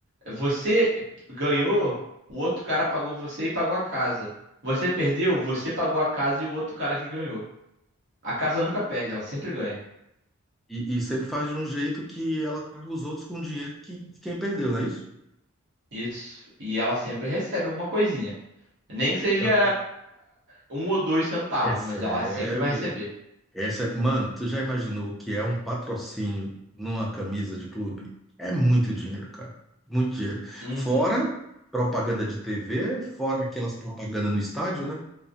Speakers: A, on the right; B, in the centre.
A: Você ganhou, o outro cara pagou você e pagou a casa. Você perdeu, você pagou a casa e o outro cara que ganhou. A casa nunca perde, ela sempre ganha.
B: E, e sempre faz de um jeito que ela paga os outros com dinheiro que, de quem perdeu, não é isso?
A: Isso. E ela sempre recebe alguma coisinha. Nem que seja
B: Ela
A: um ou dois centavos,
B: Recebe.
A: mas ela sempre vai receber.
B: Essa, mano, tu já imaginou o que é um patrocínio numa camisa de clube? É muito dinheiro, cara. Muito dinheiro.
A: Uhum.
B: Fora propaganda de TV, fora aquelas propagandas no estádio, né?